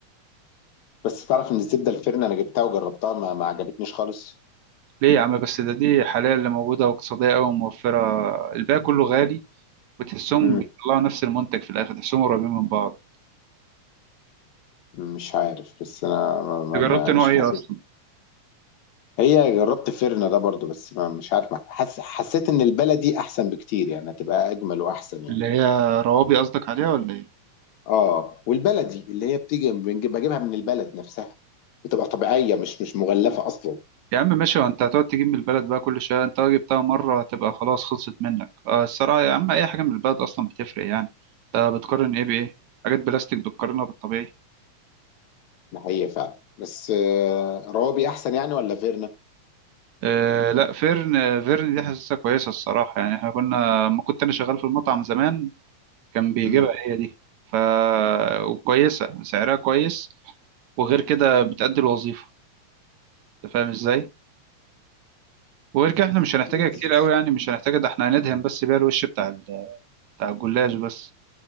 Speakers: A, on the left (about 75°); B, on the right (about 75°).
A: بس تعرف ان الزبده الفرن انا جبتها وجربتها ما, ما عجبتنيش خالص
B: ليه يا عم بس ده دي حاليا اللي موجودة واقتصادية أوي وموفرة الباقي كله غالي وتحسهم
A: امم
B: بيطلعوا نفس المنتج في الآخر تحسهم قريبين من بعض
A: مش عارف بس انا ما ما
B: أنت جربت
A: ما
B: نوع
A: مش
B: إيه
A: حاسس
B: أصلا
A: هي جربت فرن ده برضو بس ما مش عارف حس... حسيت ان البلدي احسن بكتير يعني هتبقى اجمل واحسن يعني
B: اللي هي روابي قصدك عليها ولا إيه؟
A: اه والبلدي اللي هي بتيجي بنجيب بجيبها من البلد نفسها بتبقى طبيعية مش مش مغلفة أصلا
B: يا عم ماشي وانت هتقعد تجيب من البلد بقى كل شويه انت لو جبتها مره هتبقى خلاص خلصت منك آه الصراحه يا عم اي حاجه من البلد اصلا بتفرق يعني انت بتقارن ايه بايه حاجات بلاستيك بتقارنها بالطبيعي
A: ده حقيقة فعلا بس آه، روابي أحسن يعني ولا فيرنا؟
B: آه لا فيرن فيرن دي حاسسها كويسه الصراحه يعني احنا كنا ما كنت انا شغال في المطعم زمان كان بيجيبها
A: مم.
B: هي دي ف وكويسه سعرها كويس وغير كده بتأدي الوظيفه انت فاهم ازاي وغير كده احنا مش هنحتاجها
A: بس
B: كتير قوي يعني مش هنحتاجها ده احنا هندهن بس بيها الوش بتاع ال- بتاع الجلاش بس